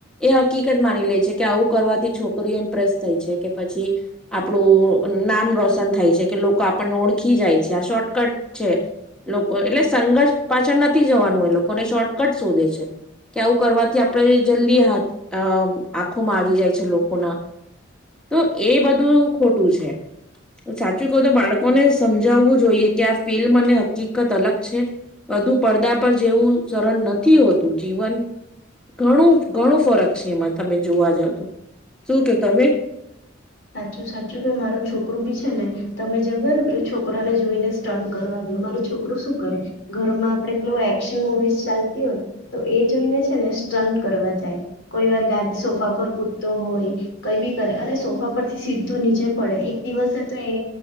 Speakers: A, in the centre; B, on the left (about 70°).
A: એ હકીકત માની લે છે કે આવું કરવાથી છોકરીઓ ઇમ્પ્રેસ થાય છે કે પછી આપણું નામ રોશન થાય છે કે લોકો આપણને ઓળખી જાય છે આ શોર્ટકટ છે લોકો એટલે સંઘર્ષ પાછળ નથી જવાનું એ લોકોને શોર્ટકટ શોધે છે કે આવું કરવાથી આપડે જલ્દી અહ આંખોમાં આવી જાય છે લોકોના તો એ બધું ખોટું છે સાચું કહું તો બાળકોને સમજાવવું જોઈએ કે અબફિલ્મ અને હકીકત અલગ છે બધું પડદા પર જેવું સરળ નથી હોતું જીવન ઘણું ઘણું ફરક છે એમાં તમે જોવા જાવ તો. શું કે તમે?
B: સાચું સાચું કે મારું છોકરું બી છે ને તમે જગો ને પેલા છોકરાને જોઈને સ્ટન્ટ કરવા ગયો મારું છોકરું શું કરે ઘરમાં આપડે પેલું એક્શન મુવીસ ચાલતી હોય તો એ જોઈને છે ને સ્ટન્ટ કરવા જાય કોઈ વાર ગાદ સોફા પર કૂદતો હોય કઈ બી કરે અને સો ફ પર થી સીધું નીચે પડે એક દિવસે તો એ